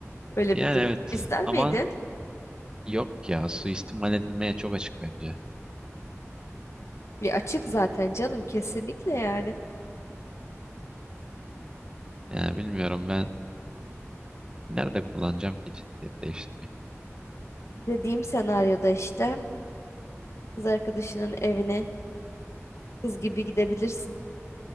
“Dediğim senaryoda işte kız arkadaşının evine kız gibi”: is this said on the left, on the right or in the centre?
Left